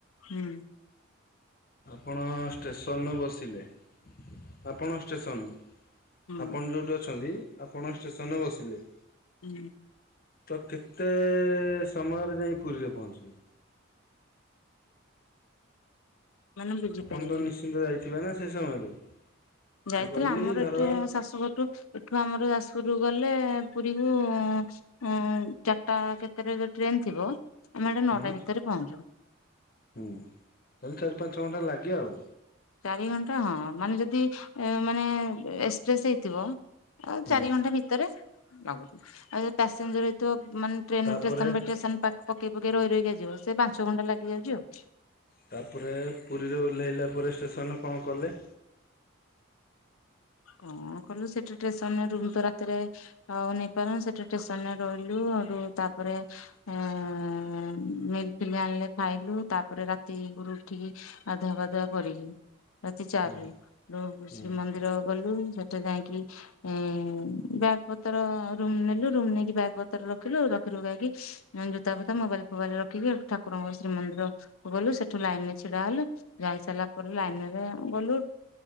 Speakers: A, on the left (about 85°); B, on the left (about 45°).
A: ହୁଁ।
B: ଆପଣ ଷ୍ଟେସନରୁୁ ବସିଲେ, ଆପଣଙ୍କ ଷ୍ଟେସନ ରୁ।
A: ହୁଁ
B: ଆପଣ ଯେଉଁଠି ଅଛନ୍ତି ଆପଣ ଷ୍ଟେସନରେ ବସିଲେ।
A: ହୁଁ
B: ତ କେତେ ସମୟରେ ଯାଇ ପୁରୀରେ ପହଞ୍ଚିବେ?
A: ମାନେ ବୁଝିପାରିଲିନି।
B: ଆପଣ ତ ନିଶ୍ଚିନ୍ତ ଯାଇଥିବେ ନା ସେ ସମୟରେ?
A: ଯାଇଥିଲା
B: ମୁଁ କହିଲି
A: ଆମର
B: ଧର
A: ଏଠୁ ଶାଶୁ ଘରଠୁ? ଏଠୁ ଆମର ଯାଜପୁରରୁୁ ଗଲେ ପୁରୀକୁ ଉ ଚାରିଟା କେତେରେ ହେଲେ ଟ୍ରେନ ଥିବ, ଆମେ ସେଇଟେ
B: ହୁଁ
A: ନଅଟା ଭିତରେ ପହଞ୍ଚିବୁ।
B: ହୁଁ ତାହଲେ ଚାରି ପାଞ୍ଚ ଘଣ୍ଟା ଲାଗେ ଆଉ।
A: ଚାରି ଘଣ୍ଟା ହଁ ମାନେ ଯଦି ମାନେ ଏସପ୍ରେସ ହେଇଥିବ ଅଁ
B: ହୁଁ।
A: ଚାରି ଘଣ୍ଟା ଭିତରେ ଲାଗୁଛି ଆଉ ଜଦି ପାସେଞ୍ଜର ହେଇଥିବ ମାନେ ଟ୍ରେନ
B: ତାପରେ
A: ରେ ଷ୍ଟେସନ ବାଇ ଷ୍ଟେସନ ପକେଇ ପକେଇ ରହି ରହିକା ଜିବ, ସେ ପାଞ୍ଚ ଘଣ୍ଟା ଲାଗିଯାଉଛି ଆଉ।
B: ତାପରେ ପୁରୀରେ ଓହ୍ଲାଇଲା ପରେ ଷ୍ଟେସନରେ କଣ କଲେ?
A: କଣ କଲୁ ସେଠି ଷ୍ଟେସନରେ ରୁମ୍ ତ ରାତିରେ ଆଉ ନେଇପାରନୁ ସେଠି ଷ୍ଟେସନରେ ରହିଲୁୁ ତାପରେ ହୁଁ ମିଲଫିଲ ଆଣିଲେ ଖାଇଲୁ ତାପରେ ରାତି କୁ ଉଠିକି ଗାଧୁଆ ପାଧୁଆ କରିଲୁ ରାତି ଚାର୍
B: ହୁଁ
A: ରୁ। ର
B: ହୁଁ
A: ଶ୍ରୀମନ୍ଦିର ଗଲୁ ସେଠି ଯାଇକି ଏ ବ୍ୟାଗ୍ ପତ୍ର ରୁମ ନେଲୁ, ରୁମ ନେଇକି ବ୍ୟାଗ୍ ପତ୍ର ରଖିଲୁ, ରଖି ରୁଖାକି ଜୋତା ଫୋତା ମୋବାଇଲ ଫୋବାଇଲ ରଖିକି ହେଟୁ ଠାକୁରଙ୍କ ଶ୍ରୀମନ୍ଦିର ଗଲୁ ସେଠୁ ଲାଇନ ରେ ଛିଡା ହେଲୁ, ଯାଇ ସାରିଲା ପରେ ଲାଇନ ରେ ଗଲୁ